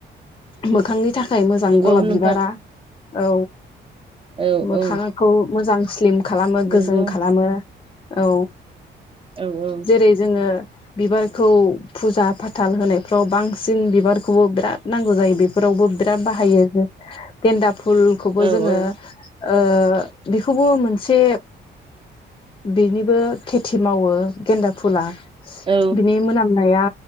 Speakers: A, on the left (about 25°); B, on the right (about 25°).
A: मोखांनि थाखाय मोजां
B: नंगौ
A: गलाब
B: नोंथां
A: बिबारा औ
B: औ
A: मोखांखौ
B: औ
A: मोजां स्लिम खालामो
B: नंगौ
A: गोजों खालामो औ
B: औ औ
A: जेरै जोङो बिबारखौ फुजा फाथाल होनायफ्राव बांसिन बिबारखौबो बिराद नांगौ जायो बे बेफोरावबो बिराद बाहायो गेन्दा फुलखौबो
B: औ
A: जोङो
B: औ
A: ओ बेखौबो मोन से बेनिबो खेथि मावो गेन्दा फुला
B: औ
A: बिनि मोनामनाया